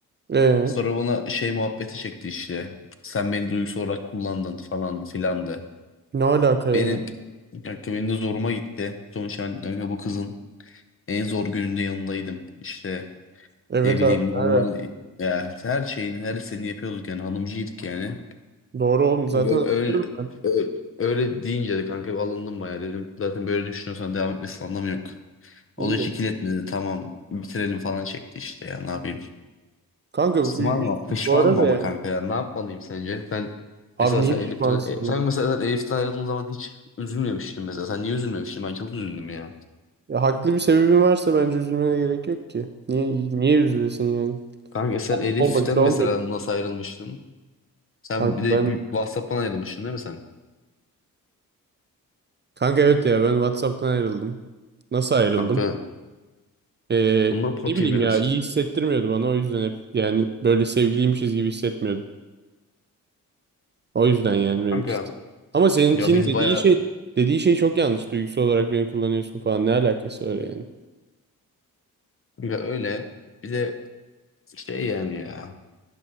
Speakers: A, on the right (about 30°); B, on the left (about 35°).
A: Ee,
B: Sonra bana şey muhabbeti çekti işte. Sen beni duygusal olarak kullandın falan filandı.
A: ne alaka ya?
B: Benim kanka benim de zoruma gitti. Sonuçta ben kanka bu kızın en zor gününde yanındaydım. İşte
A: Evet
B: ne bileyim
A: abi. Ne
B: normal
A: alaka?
B: ya her şeyin her istediğini yapıyorduk yani hanımcıydık yani.
A: Doğru oğlum zaten
B: Kanka öyle,
A: hatırlıyorum
B: öyle,
A: ben.
B: öyle, öyle deyince de kanka bir alındım bayağı dedim. Zaten böyle düşünüyorsan devam etmesinin anlamı yok. O
A: İyidir.
B: da hiç ikiletmedi. Tamam bitirelim falan çekti işte ya ne yapayım.
A: Kanka
B: Pişmanım,
A: bu üzgünsün
B: pişmanım
A: bu arada
B: ama
A: yani.
B: kanka ya ne yapmalıyım sence? Sen
A: Abi
B: mesela
A: niye
B: sen
A: pişmansın
B: Elif'ten, e,
A: yani?
B: sen mesela sen Elif'ten ayrıldığın zaman hiç üzülmemiştin mesela. Sen niye üzülmemiştin? Ben çok üzüldüm ya.
A: Ya haklı bir sebebin varsa bence üzülmene gerek yok ki. Niye niye üzülesin yani?
B: Kanka sen Elif'ten
A: Olmadıysa
B: mesela
A: olmuyor.
B: nasıl ayrılmıştın? Sen
A: Kanka
B: bir de
A: ben
B: WhatsApp'tan ayrılmıştın değil mi sen?
A: Kanka evet ya ben WhatsApp'tan ayrıldım. Nasıl ayrıldım?
B: Kanka
A: Ee,
B: anlat bakayım
A: ne bileyim
B: biraz.
A: ya iyi hissettirmiyordu bana o yüzden hep yani böyle sevgiliymişiz gibi hissetmiyordum. O yüzden yani benimki.
B: Kanka
A: Ama seninkinin
B: ya biz
A: dediği
B: baya
A: şey dediği şey çok yanlış. Duygusal olarak beni kullanıyorsun falan ne alakası var yani?
B: kanka öyle. Bize Şey yani ya